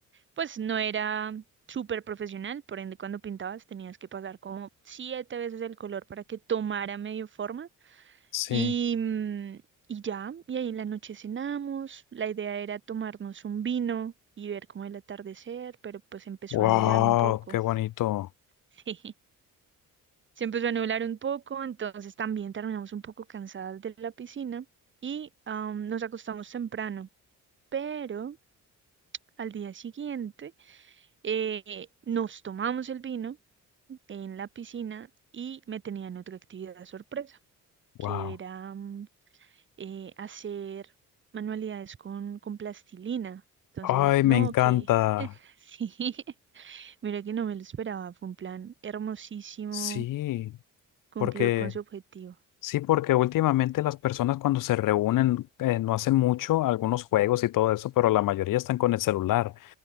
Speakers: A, on the right (about 35°); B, on the left (about 85°).
A: pues no era súper profesional, por ende cuando pintabas tenías que pasar como siete veces el color para que tomara medio forma
B: Sí.
A: y, mm, y ya, y ahí en la noche cenamos, la idea era tomarnos un vino y ver como el atardecer, pero pues empezó
B: Wow,
A: a nublar un poco.
B: qué bonito.
A: <laughs> Se empezó a nublar un poco, entonces también terminamos un poco cansadas de la piscina y am, nos acostamos temprano. Pero al día siguiente eh, nos tomamos el vino en la piscina y me tenían otra actividad sorpresa, que
B: Wow.
A: era mm, eh, hacer manualidades con, con plastilina. Entonces,
B: Ay, me
A: no,
B: encanta.
A: que <laughs> sí, mira que no me lo esperaba, fue un plan hermosísimo,
B: Sí,
A: cumplió
B: porque
A: con su objetivo.
B: sí, porque últimamente las personas cuando se reúnen eh, no hacen mucho, algunos juegos y todo eso, pero la mayoría están con el celular.